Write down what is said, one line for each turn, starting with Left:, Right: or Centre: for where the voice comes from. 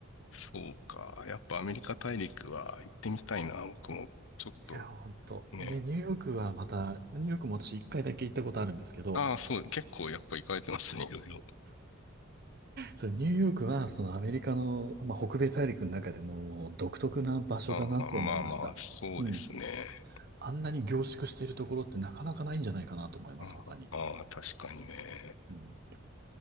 Left: そうか、やっぱアメリカ大陸は行ってみたいな、僕も。ちょっと
Right: やー、ほんと。
Left: ね。
Right: ね、ニューヨークはまた、ニューヨークも私一回だけ行ったことあるんですけど、
Left: ああ、そう、結構やっぱ行かれてますね、いろいろ。
Right: それニューヨークは、そのアメリカの、まあ、北米大陸の中でも、もう独特な場所だなと思いました。
Left: ああ、まあまあ、そうですね。
Right: うん。あんなに凝縮しているところってなかなかないんじゃないかなと思います、
Left: ああー、
Right: 他に。
Left: 確かにね。
Right: うん。で